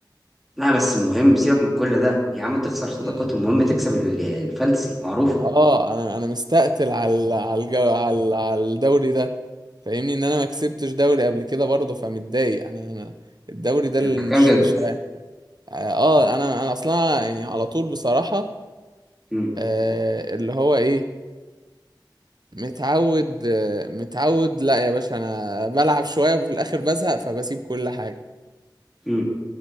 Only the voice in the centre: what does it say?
لا بس المهم سيبك من كل ده يا عم تخسر صداقات
المهم تكسب ال- الفانتسي معروفه
يعني
بتتكلم
جد
امم
امم انت